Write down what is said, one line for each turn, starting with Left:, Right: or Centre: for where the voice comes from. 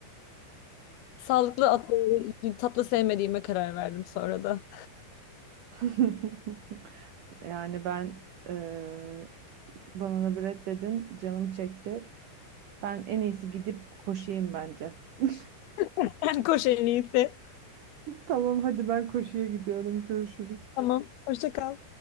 Left: Sağlıklı atlı, tatlı sevmediğime karar verdim sonra da.
Right: <laughs> Yani ben eee banana bread dedin, canım çekti. Ben en iyisi gidip koşayım bence. <laughs>
Left: <laughs> Ben koş en iyisi.
Right: Tamam, hadi ben koşuya gidiyorum. Görüşürüz.
Left: Tamam. Hoşça kal.